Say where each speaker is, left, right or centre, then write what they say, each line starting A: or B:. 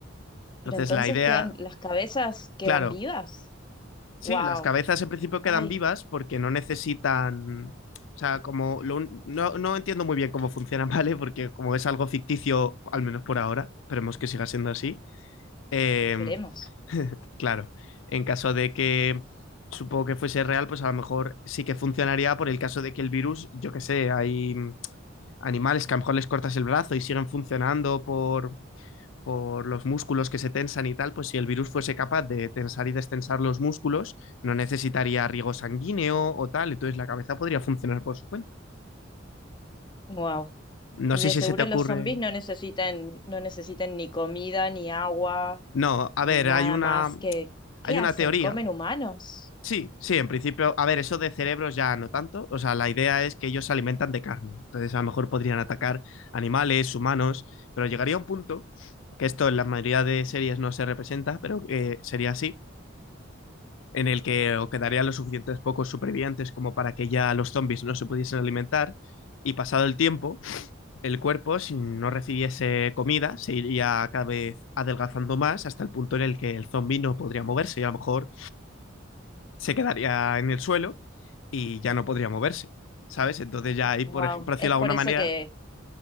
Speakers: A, on the left; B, on the left.
A: Pero
B: Entonces,
A: entonces
B: la idea,
A: quedan, las cabezas quedan
B: claro,
A: vivas.
B: Sí,
A: Wow.
B: las cabezas en principio quedan
A: Ay,
B: vivas porque no necesitan. O sea, como lo un- no, no entiendo muy bien cómo funciona, <laughs> ¿vale? Porque como es algo ficticio, al menos por ahora, esperemos que siga siendo así. em,
A: esperemos.
B: <laughs> claro, en caso de que supongo que fuese real, pues a lo mejor sí que funcionaría por el caso de que el virus, yo qué sé, hay mm, animales que a lo mejor les cortas el brazo y siguen funcionando por, por los músculos que se tensan y tal, pues si el virus fuese capaz de tensar y destensar los músculos, no necesitaría riego sanguíneo o tal, entonces la cabeza podría funcionar por su cuenta.
A: Wow. Y
B: No sé
A: de seguro
B: si se te
A: los
B: ocurre.
A: zombies no necesitan, no necesitan ni comida, ni agua,
B: No, a
A: ni
B: ver,
A: nada
B: hay una,
A: más que, ¿qué
B: hay una
A: hacen?
B: teoría.
A: ¿Comen humanos?
B: Sí, sí, en principio, a ver, eso de cerebros ya no tanto. O sea, la idea es que ellos se alimentan de carne. Entonces, a lo mejor podrían atacar animales, humanos, pero llegaría un punto, que esto en la mayoría de series no se representa, pero eh, sería así, en el que o quedarían los suficientes pocos supervivientes como para que ya los zombies no se pudiesen alimentar. Y pasado el tiempo, el cuerpo, si no recibiese comida, se iría cada vez adelgazando más hasta el punto en el que el zombie no podría moverse y a lo mejor se quedaría en el suelo y ya no podría moverse, ¿sabes? Entonces ya ahí,
A: Wow.
B: por, ej- por decirlo
A: Es
B: de alguna
A: por eso
B: manera,
A: que